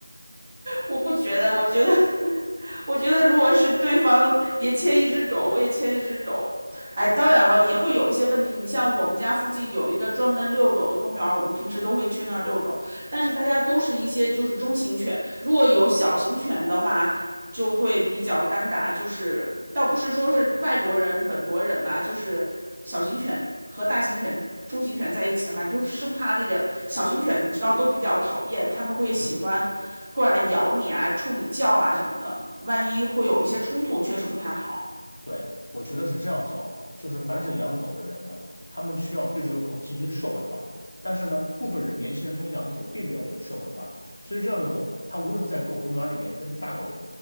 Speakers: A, on the right; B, on the left.
A: 我不觉得，我觉得，<laughs> 我觉得如果是对方也牵一只狗，我也牵一只狗，哎，当然了，也会有一些问题。你像我们家附近有一个专门遛狗的公园儿，我们平时都会去那儿遛狗。但是大家都是一些就是中型犬，如果有小型犬的话，就会比较尴尬。就是倒不是说是外国人、本国人吧，就是小型犬和大型犬、中型犬在一起的话，你就生怕那个小型犬，你知道都比较讨厌，他们会喜欢过来咬你啊、
B: 嗯。
A: 冲你叫啊什么的，万一会有一些冲突，确实不太好。
B: 对，我觉得是这样子啊，就是凡是养狗的人呢，他们需要对这个狗进行社会化。但是呢，部分人年轻人他养的狗并没有很社会化，所以这样的狗，它无论是在狗公园里面跟大狗